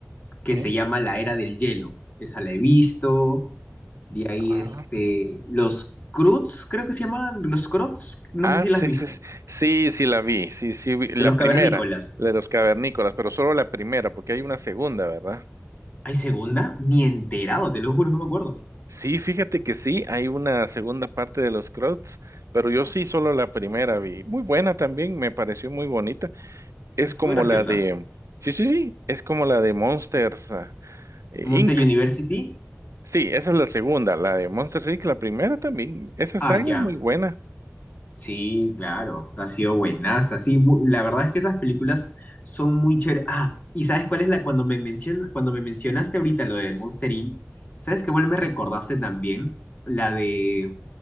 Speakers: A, on the left (about 35°); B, on the right (about 80°).
A: que
B: ¿Mm?
A: se llama La Era del Hielo. Esa la he visto, de ahí
B: Ah,
A: este, Los Croods, creo que se llama, Los Croods, no
B: Ah,
A: sé si
B: sí,
A: la has visto,
B: sí, sí, sí, sí la vi, sí, sí, vi- la
A: de los
B: primera,
A: cavernícolas.
B: la de los cavernícolas, pero solo la primera, porque hay una segunda, ¿verdad?
A: ¿Hay segunda? Ni enterado, te lo juro, no me acuerdo.
B: Sí, fíjate que sí, hay una segunda parte de los Croats, pero yo sí solo la primera vi. Muy buena también, me pareció muy bonita. Es como
A: Fue graciosa.
B: la de, sí, sí, sí, es como la de Monsters ah, eh,
A: Monster
B: Inc.
A: University.
B: Sí, esa es la segunda, la de Monsters Inc. La primera también, esa
A: Ah,
B: saga es
A: ya.
B: muy buena.
A: Sí, claro. O sea, ha sido buenaza. Sí, mu- la verdad es que esas películas son muy chéveres. Ah, ¿y sabes cuál es la cuando me mencion- cuando me mencionaste ahorita lo de Monster Inc? ¿Sabes qué cuál me recordaste también? La de